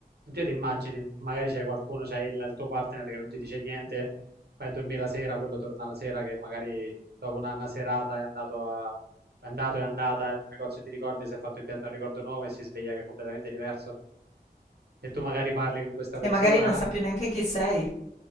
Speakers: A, on the right; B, on the left.
A: Oddio, ti immagini, magari c'è qualcuno, c'è il, il tuo partner che non ti dice niente, vai a dormire la sera, quello torna la sera che magari dopo una, una serata è andato a... È andato, è andata in un negozio di ricordi, si è fatto impiantare un ricordo nuovo e si sveglia che è completamente diverso. e tu magari parli con questa persona,
B: E magari non sa più neanche chi sei.